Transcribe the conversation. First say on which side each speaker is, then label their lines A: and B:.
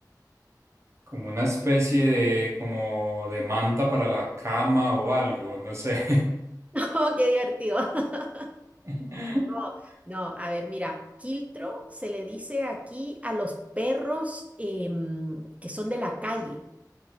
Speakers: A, on the right; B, on the right.
A: Como una especie de, como de manta para la cama o algo, no sé.
B: <laughs> Oh, qué divertido. <laughs>
A: <laughs>
B: No, no, a ver, mira, quiltro se le dice aquí a los perros em, que son de la calle.